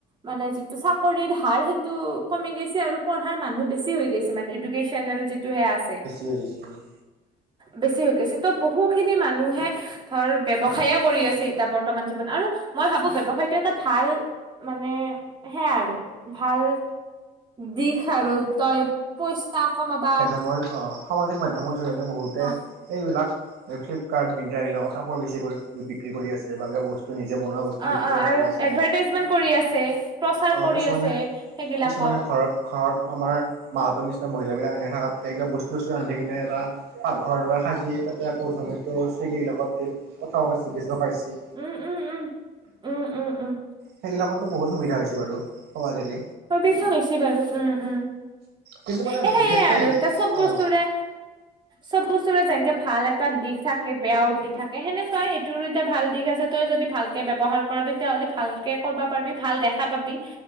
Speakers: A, on the right; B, on the right.
A: মানে যিটো চাকৰিৰ হাৰ সেইটো কমি গছে আৰু পঢ়াৰ মানুহ বেছি হৈ গৈছে, মানে ইডুকেচন চেনেল যিটোহে আছে।
B: বুজিছোঁ অ'।
A: বেছি হৈ গৈছে ত' বহুখিনি মানুহে ধৰ ব্যৱসায়ে কৰি আছে এতিয়া বৰ্তমান জীৱন আৰু মই ভাবো ব্যৱসায়টো এটা ভাল মানে হেয়া আৰু। ভাল দিশ আৰু তই পইচা কমাবা
B: মই সামাজিক মাধ্যমৰ জৰিয়তে বহুতে
A: অ
B: এইবিলাক ফ্লিপকাৰ্ট মিন ক বিলাকত কাপৰ বেছিকৈ বিক্ৰী কৰি আছে ভালকৈ কিবা বস্তু নিজে বনোৱা বস্তু
A: অ
B: বিক্ৰী
A: অ'
B: কৰিব
A: আৰু
B: পাৰি আছে
A: এডভাৰটাইজমেন্ট কৰি আছে, প্ৰচাৰ
B: অ
A: কৰি
B: কিছুমানে
A: আছে সেইবিলাকৰ।
B: কিছুমানে ঘৰত ঘৰত আমাৰ মাহঁতৰ নিচিনা মহিলাবিলাক এনে থাকাতকে কিবা বস্তু চস্তু ৰান্ধি কিনে এটা পাকঘৰ দৰে সাজি তাতে আকৌ জমিটো চিগিগিলাকত দি পঠাব প বেচিব পাইছে।
A: উম উম উম উম, উম, উম।
B: সেইবিলাকততো বহুত সুবিধা হৈছে বাৰু কবা গেলে।
A: সুবিধা হৈছে বাৰু উম, উম।
B: কিন্তু মানে
A: এ, সেয়াই
B: বিশেষকে
A: আৰু এতিয়া চব বস্তুৰে
B: অ
A: চব বস্তুৰে যেনেকে ভাল এটা দিশ থাকে বেয়াও দি থাকে সেনেকুৱাই, এইটোৰো এতিয়া ভাল দিশ আছে, তই যদি ভালকে ব্যৱহাৰ কৰে তেতিয়াহ'লে ভাল কৰবা পাৰবি, ভাল দেখা পাবি